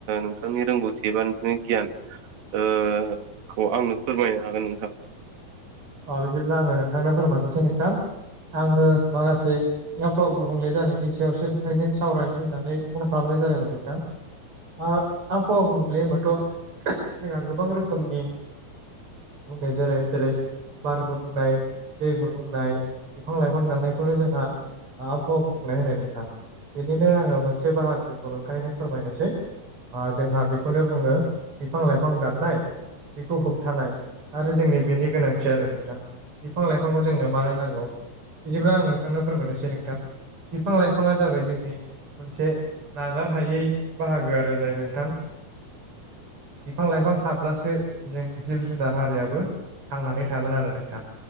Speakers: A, on the right; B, on the right.
A: नोंथांनि रोंगौथि एबा नोंसनि गियान ओ खौ आंनो फोरमायनो हागोन नोंथां।
B: अ बिदिब्ला आङो नोंथांनो फोरमायनोसै नोंथां। आङो माखासे आबहावा गुबुंले जानायनि सि सायावसो नोंथांजों सावरायनो होननानै फन खालामनाय जादोंमोन नोंथां। आ-आबहावा गुबुंले होनोमबाथ' जोंहा गोबां रोखोमनि बुंनाय जादों जेरै बार गुबुंनाय दै गुबुंनाय बिफां लाइफां दाननायखौनो जोंहा आबहावा गुबुंनाय होनो नोंथां। बेनिनो आङो मोनसे बाहागोखौ नोंथांजों फोरमायनोसै। ओ जोंहा बेखौनो बुङो बिफां लाइफां दाननाय बेखौ होबथानाय आरो जोंनि बेनि गोनां सै आरो नोंथां बिफां लाइफांखौ जोंनो मानो नांगौ बिदिब्ला आं नोंथांनो फोरमायनोसै नोंथां। बिफां लाइफाङा जाबाय जोंनि मोनसे नागार हायै बाहागो आरो जाय नोंथां बिफां लाइफां थाब्लासो जों जिब जुनार हारियाबो थांनानै थागोन आरो नोंथा